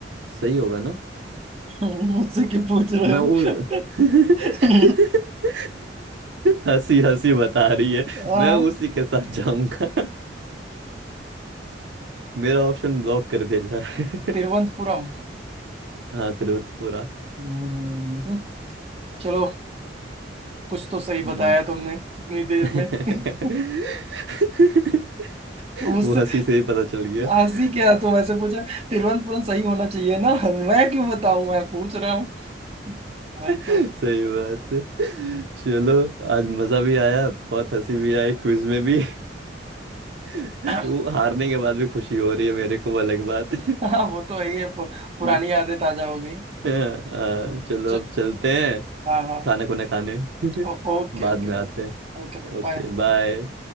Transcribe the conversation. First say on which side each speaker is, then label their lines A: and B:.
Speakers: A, on the right (about 70°); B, on the right (about 35°).
A: सही होगा
B: मुझसे क्यों पूछ रहे
A: मैं
B: हो
A: उ... <laughs>
B: <laughs>
A: हंसी हंसी बता रही है
B: हाँ,
A: मैं उसी के साथ जाऊंगा <laughs> मेरा ऑप्शन ब्लॉक कर दिया जाए
B: तिरुवनंतपुरम
A: <laughs> हाँ तिरुवंतपुरा
B: हम्म, चलो कुछ तो सही
A: हम्म
B: बताया तुमने इतनी देर
A: <laughs>
B: में <laughs> तो मुझसे
A: वो हंसी से ही पता चल गया
B: हंसी
A: <laughs>
B: क्या तुम ऐसे पूछ रहे हो? तिरुवनंतपुरम सही होना चाहिए ना <laughs> मैं क्यों बताऊं मैं पूछ रहा हूँ वही तो
A: सही बात है।
B: हम्म,
A: चलो आज मजा भी आया बहुत हंसी भी आई क्विज में भी <laughs>
B: हाँ
A: वो हारने के बाद भी खुशी हो रही है मेरे को वो अलग बात
B: हाँ वो तो है ये पु, पुरानी
A: <laughs>
B: यादें ताजा हो गई
A: <laughs> हाँ,
B: हम्म,
A: चलो
B: च-
A: अब चलते हैं
B: हाँ हाँ
A: खाना खुना खाने
B: ओ,
A: <laughs>
B: Okay
A: बाद
B: okay
A: में
B: bye
A: आते हैं
B: Okay bye
A: Okay
B: bye
A: bye